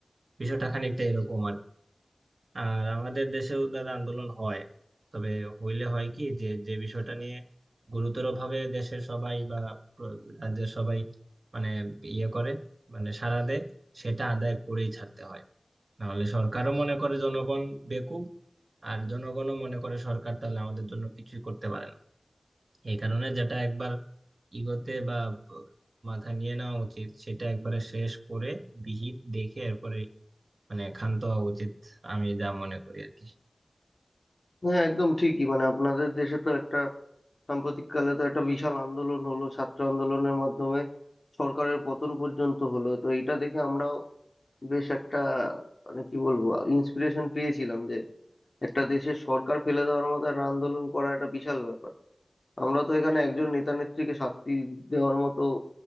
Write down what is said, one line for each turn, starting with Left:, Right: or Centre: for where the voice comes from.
Right: বিষয়টা খানিকটা এরকম আর কি। আর আমাদের দেশেও দাদা আন্দোলন হয় তবে হইলে হয় কি যে যে বিষয়টা নিয়ে গুরুতরভাবে দেশের সবাই বা প্র- রাজ্যের সবাই মানে ইয়ে করে মানে সাড়া দেয় সেটা আদায় করেই ছাড়তে হয় নাহলে সরকারও মনে করে জনগণ বেকুব আর জনগণও মনে করে সরকার তাহলে আমাদের জন্য কিছুই করতে পারে না এই কারণে যেটা একবার ইগোতে বা মাথা নিয়ে নেওয়া উচিত সেটা একবারে শেষ করে বিহিত দেখে এরপরে মানে ক্ষান্ত হওয়া উচিত আমি যা মনে করি আর কি
Left: হ্যাঁ একদম ঠিকই মানে আপনাদের দেশে তো একটা সাম্প্রতিককালে তো একটা বিশাল আন্দোলন হলো ছাত্র আন্দোলনের মাধ্যমে সরকারের পতন পর্যন্ত হলো তো এটা দেখে আমরাও বেশ একটা মানে কি বলবো ইন্সপিরেশন পেয়েছিলাম যে একটা দেশের সরকার ফেলে দেওয়ার মতো একটা আন্দোলন করা একটা বিশাল ব্যাপার আমরা তো এখানে একজন নেতা নেত্রীকে শাস্তি দেওয়ার মতো